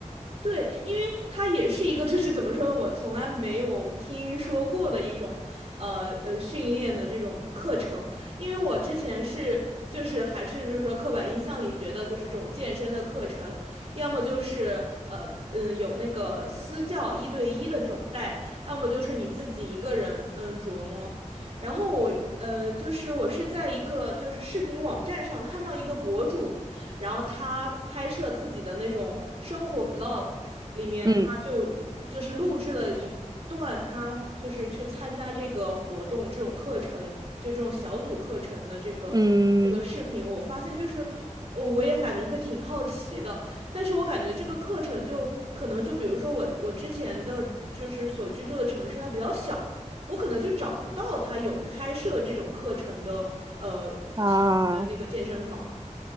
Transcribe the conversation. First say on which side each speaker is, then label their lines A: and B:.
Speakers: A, on the right; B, on the right.
A: 对，因为它也是一个，就是怎么说呢，我从来没有听说过的一种，呃呃，训练的这种课程。因为我之前是，就是还是就是说刻板印象里觉得就是这种健身的课程，要么就是呃嗯、呃有那个私教一对一的这种带，要么就是你自己一个人嗯琢磨。然后我呃就是我是在一个就是视频网站上看到一个博主。然后他拍摄自己的那种生活 vlog，里面他就就是录制了一段他就是去参加这个活动这种课程，
B: 嗯
A: 就这种小组课程的这个这个视频，
B: 嗯
A: 我发现就是，嗯，我也感觉会挺好奇的，但是我感觉这个课程就可能就比如说我我之前的就是所居住的城市它比较小，我可能就找不到他有开设这种课程的呃体的那个健身房。
B: 啊，